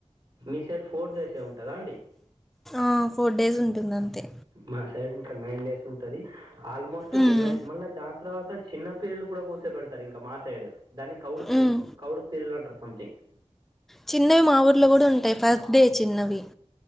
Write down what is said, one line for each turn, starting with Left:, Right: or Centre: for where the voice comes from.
Right: మీసైడ్ ఫోర్ డేసే ఉంటదా అండీ?
Centre: ఆ ఫోర్ డేస్ ఉంటుంది అంతే.
Right: మా సైడ్ ఇంకా నైన్ డేస్ ఉంటది, ఆల్మోస్ట్
Centre: ఉమ్,
Right: లెవెన్ మళ్ళా దానితర్వాత చిన్నపిల్లల్ని కూడా కూసోపెడతారు ఇంకా మా సైడ్ దాన్ని కౌడు
Centre: ఉమ్,
Right: కౌడుపిరుల్ అంటారు సమ్ థింగ్
Centre: చిన్నవి మా ఊర్లో కూడా ఉంటాయి. ఫస్ట్ డే చిన్నవి